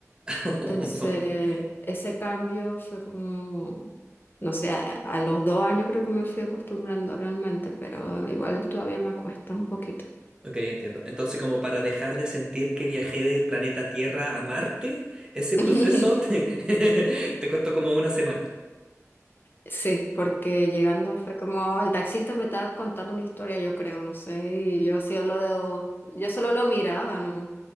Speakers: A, on the right; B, on the left.
A: <laughs>
B: Entonces, ese cambio fue como, no sé, a, a los dos años creo que me fui acostumbrando realmente, pero igual todavía me cuesta un poquito.
A: Ok, entiendo. Entonces, como para dejar de sentir que viajé del planeta Tierra a Marte, ese proceso
B: <laughs>
A: te, <laughs> te costó como una semana.
B: Sí, porque llegando fue como el taxista me estaba contando una historia, yo creo, no sé, y yo así lo yo solo lo miraba, no,